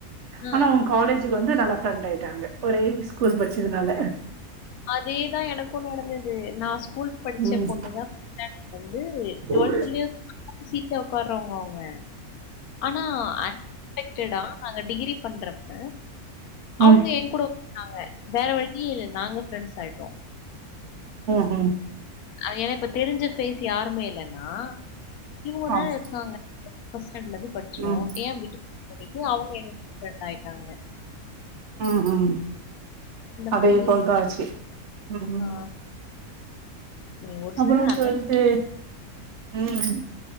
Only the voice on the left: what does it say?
ஆ,
அதேதா எனக்கு நடந்தது நா ஸ்கூல் படுச்ச
பொண்ணுதா வந்து டுவல்த்லயு
<inaudible> சீட்ல உக்காற்றவுங்க அவுங்க ஆனா அன் எக்ஸ்பெக்டடா நாங்க டிகிரி பண்றப்ப
அவுங்க ஏ கூட ஒர்க் பண்ணாங்க வேற வழியே இல்ல நாங்க ஃப்ரண்ட்ஸ் ஆய்ட்டோ
அது ஏன்னா இப்ப தெருஞ்ச ஃபேஸ் யாருமே இல்லன்னா இவுங்கதா
இருக்காங்க ஃபர்ஸ்ட்டான்டட்ல இருந்து படுச்சோ
ஏ விட்டுட்டு போறீங்க அவுங்க <unintelligible> ஆய்ட்டாங்க
மாதிரி
ஆ ஏ- ஒரு
சிலர் அன்எக்ஸ்